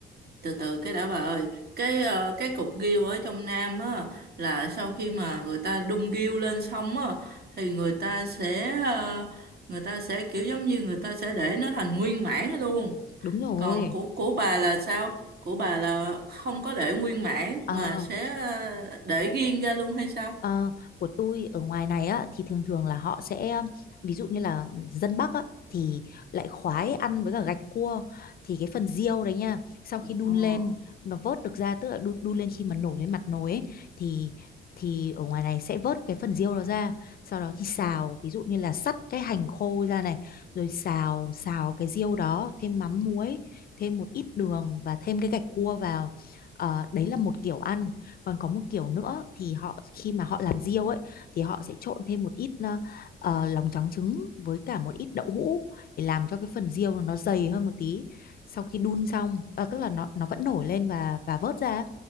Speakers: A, on the right (about 50°); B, on the left (about 50°).
A: từ từ cái đã bà ơi cái ờ, cái cục ghiêu ở trong Nam á là sau khi mà người ta đung ghiêu lên xong á thì người ta sẽ ờ, người ta sẽ kiểu giống như người ta sẽ để nó thành nguyên mãn luôn
B: Đúng Ờ. rồi.
A: còn của của bà là sao của bà là không có để nguyên mãn
B: À,
A: mà sẽ ờ, để riêng ra luôn hay sao
B: Ờ, của tôi ở ngoài này á thì thường thường là họ sẽ um, ví dụ như là dân Bắc á thì lại khoái ăn với cả gạch cua thì cái phần riêu đấy nha sau khi
A: Ờ.
B: đun lên nó vớt được ra tức là đun, đun lên khi mà nổ lên mặt nồi ấy thì thì ở ngoài này sẽ vớt cái phần riêu đó ra sau đó thì xào ví dụ như là sắt cái hành khô ra này rồi xào xào cái riêu đó thêm mắm muối thêm một ít đường và thêm cái gạch cua vào Ờ, đấy là một kiểu ăn còn có một kiểu nữa thì họ khi mà họ làm riêu ấy thì họ sẽ trộn thêm một ít ờ, ờ, lòng trắng trứng với cả một ít đậu hũ để làm cho cái phần riêu nó dày hơn một tí sau khi đun xong ờ, tức là nó nó vẫn nổi lên và và vớt ra